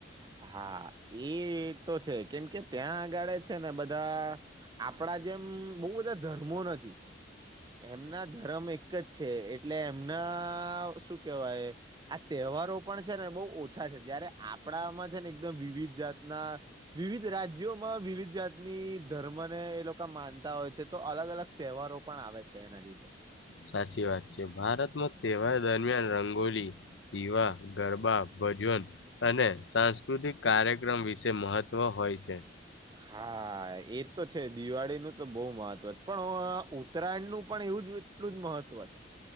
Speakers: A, on the right; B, on the left.
A: હા એ-એ તો છે કેમ કે ત્યાં આગાળે છે ને બધા આપણ આપણા જેમ બહુ બધા ધર્મો નથી. એમના ધર્મ એક જ છે એટલે એમના શું કેવાય આ તે તહેવારો પણ છે ને બહુ ઓછા છે જયારે આપ આપડામાં છે ને એકદમ વિવિધ જાતના વિવિધ રાજ્યોમાં વિવિધ જાતની ધર્મને એ લોકો માનતા હોય છે તો અલગ-અલગ તહેવારો પણ આવે છે એના લીધે.
B: સાચી વાત છે. ભારતમાં તહેવાર દરમિયાન રંગોલી પીવા, ગરબા, ભજન અને સાંસ્કૃતિક કાર્યક્રમ વિશે મહત્વ હો હોય છે.
A: હા એ તો છે દિવાળીનું તો બહુ મહત્વ પણ ઉત્તરાયણનું પણ એવું જ એટલું-એટલું જ મહત્વ છે.